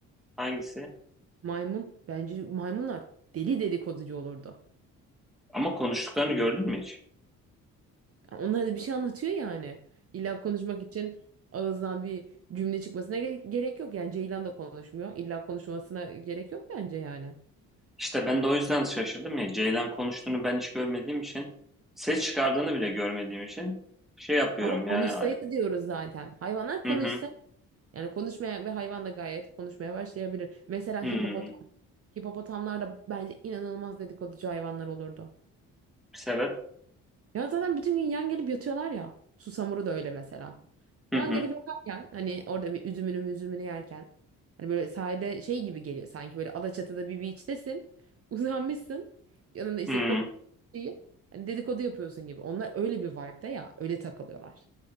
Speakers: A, in the centre; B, on the right.
A: hangisi?
B: Maymun. Bence maymunlar deli dedikoducu olurdu.
A: Ama konuştuklarını gördün mü hiç?
B: Onlar da bir şey anlatıyor yani. İlla konuşmak için ağızdan bir cümle çıkmasına gere- gerek yok. Yani Ceylan da konuşmuyor. İlla konuşmasına gerek yok bence yani.
A: İşte ben de o yüzden şaşırdım ya. Ceylan konuştuğunu ben hiç görmediğim için, ses çıkardığını bile görmediğim için şey yapıyorum
B: Ama konuşsaydı
A: yani.
B: diyoruz zaten. Hayvanlar konuşsa
A: Hı hı.
B: yani konuşmaya ve hayvan da gayet konuşmaya başlayabilir. Mesela
A: Hı.
B: hipopotam. Hipopotamlar da bence inanılmaz dedikoducu hayvanlar olurdu.
A: Sebep.
B: Ya zaten bütün gün yan gelip yatıyorlar ya. Susamuru da öyle mesela.
A: Hı
B: Yan
A: hı.
B: gelip yatarken hani orada bir üzümünü üzümünü yerken hani böyle sahile şey gibi geliyor sanki böyle Alaçatı'da bir beach'tesin. <laughs> Uzanmışsın. Yanında işte
A: Hı.
B: kokteyl şeyin. Hani dedikodu yapıyorsun gibi. Onlar öyle bir vibe'da ya. Öyle takılıyorlar.